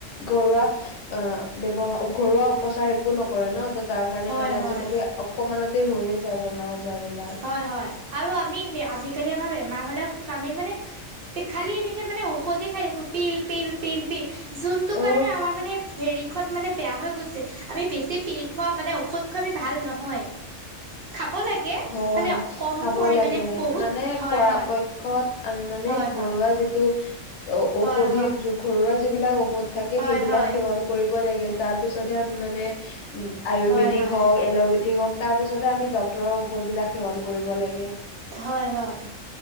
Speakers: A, on the left; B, on the right.
A: ঘৰুৱা অঁ' ব্যৱহাৰ ঘৰুৱা উপচাৰ একো নকৰে ন' ত' তাৰ কাৰণে
B: হয়
A: মানে
B: হয়
A: আজিকালি অকমানতে হৈয়ে যায় বেমাৰ আজাৰ বিলাক।
B: হয় হয়। আৰু আমি আজিকালি আমাৰ বেমাৰ হ'লেই আমি মানে- খালি এনি টাইম মানে ঔষধে খাই থাকো পিল পিল পিল পিল। যোনটো
A: অ
B: কাৰণে আমাৰ মানে হেৰিখন মানে বেয়া হৈ গৈছে। আমি বেছি পিল খোৱা মানে ঔষধ খোৱা আমি ভাল নহয়। খাব লাগে।
A: হয়
B: মানে কম
A: খাব
B: পৰিমাণে
A: লাগে,
B: বহুত
A: মানে
B: হয়
A: পৰাপক্ষত
B: হয়
A: আমি মানে
B: হয়
A: ঘৰুৱা
B: হয়
A: যিটো অ', ঔষধি
B: হয়
A: যো ঘৰুৱা যিবিলাক ঔষধ
B: হয়
A: থাকে সেইবিলাক
B: হয়
A: সেৱন কৰিব লাগে। তাৰ পিছতহে আমি মানে আয়ুৰ্বেদিক
B: হয় হয় হয়
A: হওঁক, এল'পেথিক হওক তাৰ পিছতে আমি ডক্তৰৰ ঔষধ বিলাক সেৱন কৰিব লাগে।
B: হয় হয়।